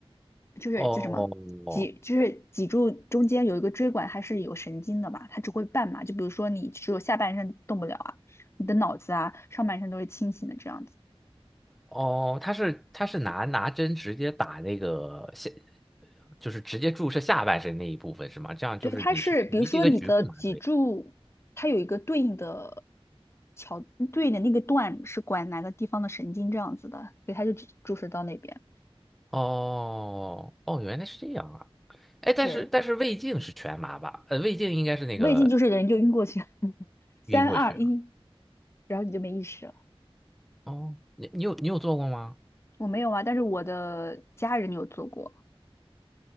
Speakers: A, on the left; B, in the centre.
A: 就是叫什么？
B: 哦
A: 脊就是脊柱中间有一个椎管，它是有神经的吧？它只会半麻，就比如说你只有下半身动不了啊，你的脑子啊上半身都是清醒的这样子。
B: 哦，他是他是拿拿针直接打那个下，就是直接注射下半身那一部分是吗？这样就是你是属于这个局部麻醉。
A: 对，它是比如说你的脊柱，它有一个对应的桥，对应的那个段是管哪个地方的神经这样子的，所以它就注注射到那边。
B: 哦哦，哦原来是这样啊！哎，但是但是胃镜是全麻吧？
A: 对，
B: 呃，胃镜应该是那个
A: 胃镜就是人就晕过去，<laughs> 三二一，
B: 晕过去啊。
A: 然后你就没意识了。
B: 哦，你你有你有做过吗？
A: 我没有啊，但是我的家人有做过。